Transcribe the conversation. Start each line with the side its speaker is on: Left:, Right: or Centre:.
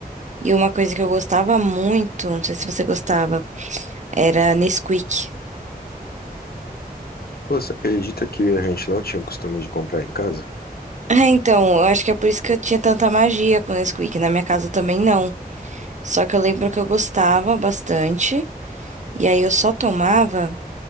Right: E uma coisa que eu gostava muito, não sei se você gostava, era Nesquik.
Left: Pô, você acredita que a gente não tinha o costume de comprar em casa?
Right: <laughs> Então, eu acho que é por isso que eu tinha tanta magia com Nesquik. Na minha casa também não. Só que eu lembro que eu gostava bastante. E aí eu só tomava